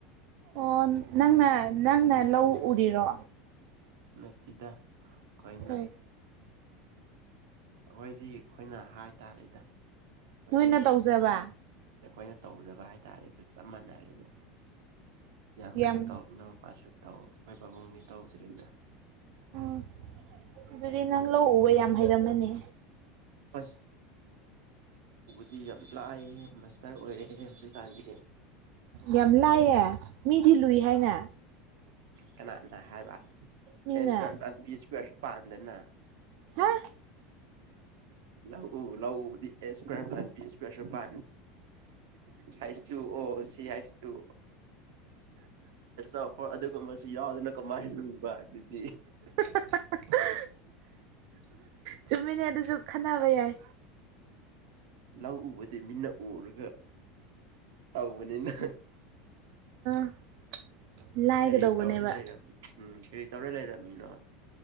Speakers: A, on the right; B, on the right.
A: ꯑꯣ ꯅꯪꯅ ꯅꯪꯅ ꯂꯧ ꯎꯔꯤꯔꯣ
B: ꯅꯠꯇꯤꯗ ꯀꯅ
A: ꯀꯩ
B: ꯑꯩꯈꯣꯏꯗꯤ ꯑꯩꯈꯣꯏꯅ ꯍꯥꯏꯇꯥꯔꯦꯗ ꯑꯩꯈꯣꯏ
A: ꯅꯣꯏꯅ
B: ꯄꯥꯕꯨꯡ
A: ꯇꯧꯖꯕ
B: ꯑꯩꯈꯣꯏꯅ ꯇꯧꯗꯕ ꯍꯥꯏꯇꯥꯔꯦ ꯑꯗꯨ ꯆꯞ ꯃꯥꯟꯅꯔꯦꯗ ꯏꯌꯥꯝꯕꯁꯨ
A: ꯌꯥꯝ
B: ꯇꯧ ꯅꯨꯄꯥꯁꯨ ꯇꯧ ꯑꯩꯈꯣꯏ ꯄꯥꯕꯨꯡꯗꯤ ꯇꯧꯗ꯭ꯔꯤꯗ
A: ꯎꯝ ꯑꯗꯨꯗꯤ ꯅꯪ ꯂꯧ ꯎꯕ ꯌꯥꯝ ꯍꯩꯔꯝꯃꯅꯤ
B: ꯍ ꯗꯤ ꯌꯥꯝ ꯂꯥꯏꯑꯍꯦ ꯃꯁꯇꯔ ꯑꯣꯏꯔꯛꯑꯦꯍꯦ ꯍꯧꯖꯤꯛꯀꯥꯟꯗꯤ
A: ꯌꯥꯝ ꯂꯥꯏꯌꯦ ꯃꯤꯗꯤ ꯂꯨꯏ ꯍꯥꯏꯅ
B: ꯀꯅꯥꯅꯥ ꯍꯥꯏꯕ
A: ꯃꯤꯅ
B: ꯑꯦ ꯏꯁꯀ꯭ꯋꯥꯔ ꯄ꯭ꯂꯁ ꯕꯤ ꯏꯁꯀ꯭ꯋꯥꯔꯁꯨ ꯄꯥꯟꯗꯅꯥ
A: ꯍꯥ
B: ꯂꯎ ꯂꯎ ꯑꯦ ꯏꯁꯋꯥꯔ ꯄ꯭ꯂꯁ ꯏꯁꯔꯁꯨꯄ ꯍꯥꯏꯁ ꯇꯨ ꯑꯣ ꯁꯤ ꯍꯥꯏꯁꯇꯨ ꯑꯣꯄ ꯑꯗꯨꯒꯨꯝꯕꯁꯨ ꯌꯥꯎꯗꯅꯥ ꯀꯃꯥꯏꯅꯕ ꯑꯗꯨꯗꯤ
A: <unintelligible> ꯆꯨꯝꯃꯤꯅꯦ ꯑꯗꯨꯁꯨ ꯈꯟꯅꯕ ꯌꯥꯏ
B: ꯂꯧ ꯎꯕꯗꯤ ꯃꯤꯅ ꯎꯔꯒ ꯇꯧꯕꯅꯤꯅ
A: <inaudible> ꯂꯥꯏꯒꯗꯧꯕꯅꯦꯕ
B: ꯀꯔꯤ ꯇꯧꯔ ꯂꯩꯔꯝꯃꯤ ꯎꯝ ꯀꯔꯤ ꯇꯧꯔ ꯂꯩꯔꯝꯃꯤꯅꯣ